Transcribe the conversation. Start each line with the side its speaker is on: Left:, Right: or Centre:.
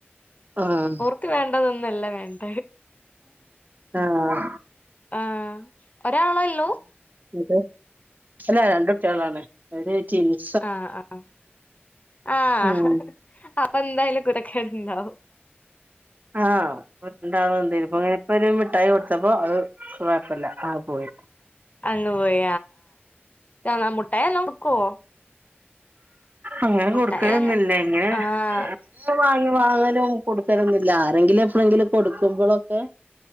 Right: ആഹ്
Left: ക്ക് വേണ്ടതൊന്നല്ല വേണ്ട
Right: ആഹ്
Left: ആഹ് ഒരാളെള്ളു?
Right: അതെ അല്ല രണ്ട്ട്ട്ടിയാളാണ് അവര് <unintelligible>
Left: ആഹ് ആഹ ആഹ്
Right: ഉം
Left: അപ്പൊ എന്തായാലും കുരുത്തക്കട് ഇണ്ടാവും.
Right: ആഹ് രണ്ടാള എന്തപ്പ അങ്ങനെ ഇപ്പ ഒരു മിഠായി കൊടുത്തപ്പോ അത് കോയപ്പല്ല ആ പോയി
Left: അങ്ങ് പോയി ആഹ് മുട്ടായി നല്ലോം കൊടുക്കുവോ?
Right: അങ്ങനെ
Left: മുട്ടായി
Right: കൊടുക്കലൊന്നില്ല
Left: അങ്ങ്
Right: ഇങ്ങനെ
Left: ആഹ്
Right: പ്പോ വാങ്ങി വാങ്ങലും കൊടുക്കലൊന്നുല്ല ആരെങ്കിലും എപ്പോഴെങ്കിലും കൊടുക്കുമ്പോഴൊക്കെ